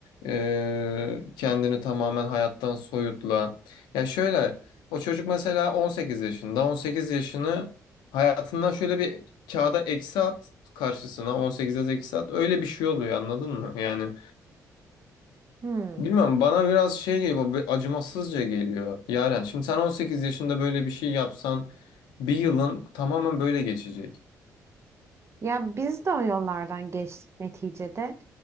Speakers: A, on the left; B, on the right.
A: e, kendini tamamen hayattan soyutla. Ya şöyle. O çocuk mesela 18 yaşında. 18 yaşını hayatından şöyle bir kağıda eksi at karşısına 18 yaz eksi at. Öyle bir şey oluyor anladın mı? Yani
B: Hmm.
A: bilmiyorum bana biraz şey geliyor bir acımasızca geliyor. Yaren şimdi sen 18 yaşında böyle bir şey yapsan bir yılın tamamen böyle geçecek.
B: Ya biz de o yollardan geçtik neticede.